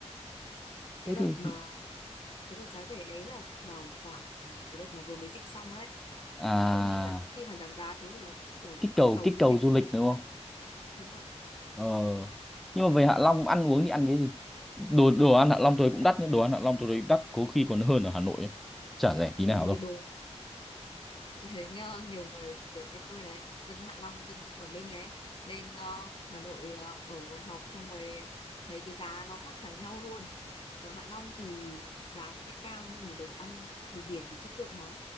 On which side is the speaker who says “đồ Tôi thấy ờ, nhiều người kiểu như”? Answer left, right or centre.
Left